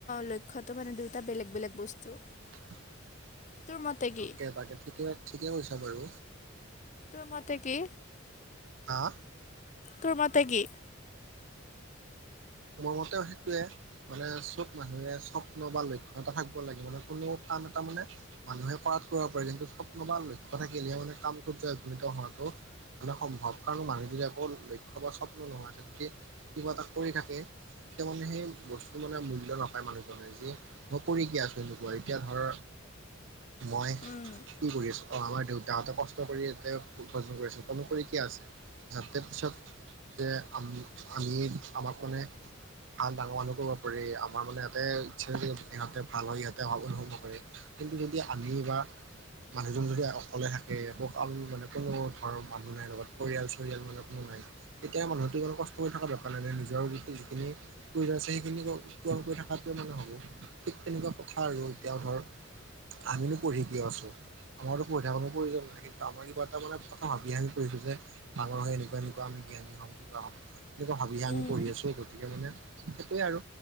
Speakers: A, on the left; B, on the right.
A: লক্ষ্যতো মানে দুয়টা বেলেগ বেলেগ বস্তু
B: <inaudible>
A: তোৰ মতে
B: তাকে
A: কি
B: তাকে ঠিকে ঠিকে কৈছা বাৰু
A: তোৰ মতে কি
B: হ
A: টোৰ মতে কি
B: মোৰ মতেও সেইটোয়ে মানে চব মানুহে স্বপ্ন বা লক্ষ্যতা থাকিব লাগে মানে কোনো ক এটা মানে মানুহে কৰাত কৰিব পাৰে কিন্তু স্বপ্ন বা লক্ষ্য থাকিলেহে মানে কামটোত জয়নিত হোৱাটো মানে সম্ভৱ কাৰণো মানুহ যদি আকৌ লক্ষ্য বা স্বপ্ন নোহোৱাক যদি কিবা এটা কৰি থাকে। এতিয়া মানে সেই বস্তুটো মানে মূল্য নাপায়, মানুহজনে যি কৰি গছ কিন্তু কোৱা এতিয়া ধৰ মই
A: উম
B: কি কৰি আছো অ আমাৰ দেউতাহঁতে কষ্ট কৰি ইতে ভ কৰিছিল ক কৰি কিয় আছে যতে পিছত যে আ আমি আমাক মানে ভাল ডাঙৰ মানুহ কৰিব পাৰি আমাৰ মানে এটা ইচ্ছা ইহঁতে ভাল হয় ইহঁতে <unintelligible> কিন্তু যদি আমি বা মানুহজন যদি অকলে থাকে অ', মানে কোনো ধৰৰ মানুহ নাই লগত পৰিয়াল চৰিয়াল মানে কোনো তেতিয়া মানুহতো কষ্ট কৰি থকা বেপাৰ নে নিজৰ সি <unintelligible> প্ৰয়োজনছে সেইখিনিৎ পৰণ কৰি থকাৱে মানে হ'ব ঠিক তেনেকুৱা কথা আৰু এতিয়াও ধৰ। আমিনো পঢ়িক আছো আমাৰোপঢ়ি থাকা প্ৰয়োজন নাই কিন্তু আমাৰ কিবা এটা মানে প্ৰম ভাবি আ যে ডাৰ হৈ এনেুৱা এনেকুৱা আমি <unintelligible> আমি
A: উম
B: কৰি আছো গতিকে মানে সেইটোৱে আৰু